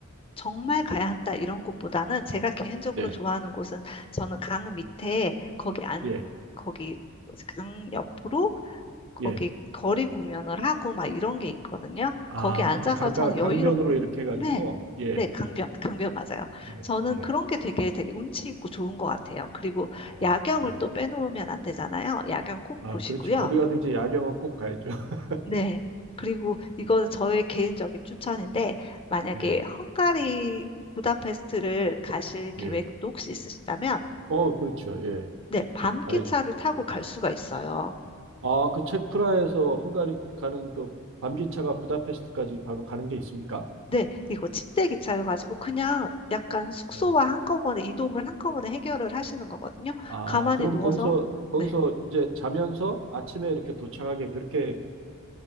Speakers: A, on the left; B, on the right.
A: 정말 가야 한다 이런 곳보다는 제가 개인적으로
B: 네.
A: 좋아하는 곳은 저는 강 밑에 거기 안
B: 예,
A: 거기 뭐지, 강 옆으로 거기
B: 예.
A: 거리 공연을 하고 막 이런 게 있거든요.
B: 아,
A: 거기 앉아서
B: 강가,
A: 저는
B: 강변으로
A: 여유롭
B: 이렇게 해가지고,
A: 네.
B: 예,
A: 네, 강변, 강변 맞아요.
B: 예,
A: 저는
B: 예.
A: 그런 게 되게 되게 운치 있고 좋은 것 같아요. 그리고
B: 어,
A: 야경을
B: 그래요.
A: 또 빼놓으면 안 되잖아요. 야경 꼭
B: 아,
A: 보시고요.
B: 그렇죠. 어디 가든지 야경은 꼭 가야죠. <laughs>
A: 네. 그리고 이거는 저의 개인적인 추천인데, 만약에
B: 예,
A: 헝가리 부다페스트를 가실 계획도
B: 예.
A: 혹시 있으시다면,
B: 어, 그렇죠. 예,
A: 네, 밤
B: 가야죠.
A: 기차를 타고 갈 수가 있어요.
B: 아, 그 책 프라에서 헝가리 가는 그 밤기차가 부다페스트까지 바로 가는 게 있습니까?
A: 네, 이거 침대 기차여가지고
B: 아,
A: 그냥 약간 숙소와
B: 네.
A: 한꺼번에 이동을 한꺼번에 해결을 하시는 거거든요.
B: 아,
A: 가만히
B: 그럼
A: 누워서,
B: 거기서 거기서
A: 네,
B: 이제 자면서 아침에 이렇게 도착하게 그렇게